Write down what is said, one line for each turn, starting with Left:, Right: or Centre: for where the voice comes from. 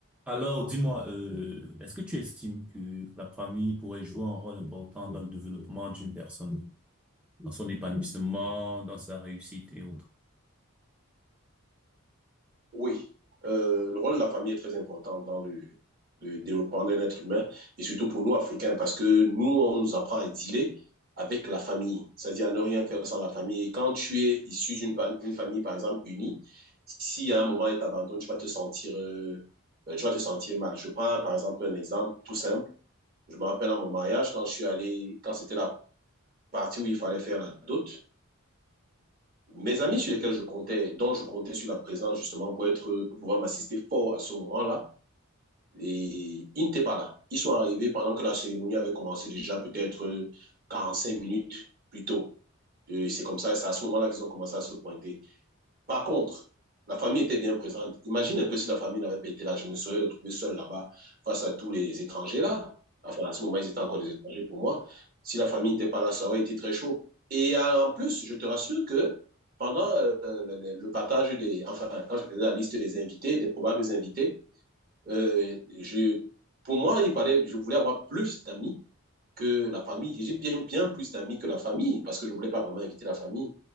Centre: Alors, dis-moi, euh, est-ce que tu estimes que la famille pourrait jouer un rôle important dans le développement d'une personne, dans son épanouissement, dans sa réussite et autres?
Right: Oui, euh, le rôle de la famille est très important dans le, le développement d'un être humain et surtout pour nous, Africains, parce que nous, on nous apprend à dealer avec la famille, c'est-à-dire à ne rien faire sans la famille. Et quand tu es issu d'une pa- une famille, par exemple, unie, si à un moment elle t'abandonne, tu vas te sentir, euh, euh, tu vas te sentir mal. Je prends par exemple un exemple tout simple. Je me rappelle à mon mariage, quand je suis allé, quand c'était la partie où il fallait faire la dot, mes amis sur lesquels je comptais, dont je comptais sur la présence justement pour être, pour pouvoir m'assister fort à ce moment-là, et ils n'étaient pas là. Ils sont arrivés pendant que la cérémonie avait commencé déjà peut-être euh, 45 minutes plus tôt. Et C'est comme ça, c'est à ce moment-là qu'ils ont commencé à se pointer. Par contre, la famille était bien présente. Imagine un peu si la famille n'avait pas été là. Je me serais retrouvé seul là-bas face à tous les étrangers là. Enfin, à ce moment, ils étaient encore des étrangers pour moi. Si la famille n'était pas là, ça aurait été très chaud. Et euh, en plus, je te rassure que pendant euh, le, le partage des, enfin, quand je faisais la liste des invités, des probables invités, euh, je, pour moi, il fallait, je voulais avoir plus d'amis que la famille. J'ai bien, bien plus d'amis que la famille parce que je ne voulais pas vraiment inviter la famille.